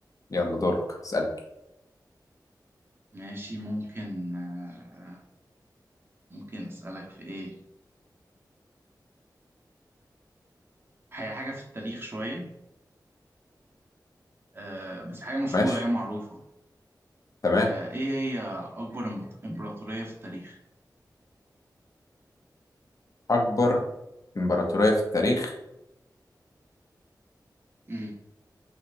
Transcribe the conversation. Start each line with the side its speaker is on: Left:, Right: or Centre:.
Left: يلا دورك اسألني
Right: ماشي ممكن آه ممكن أسألك في إيه هي حاجة في التاريخ شوية آه بس حاجة مشهورة
Left: ماشي
Right: هي معروفة
Left: تمام
Right: آه إيه هي أكبر إمبط- إمبراطورية في التاريخ؟
Left: أكبر إمبراطورية في التاريخ
Right: مم.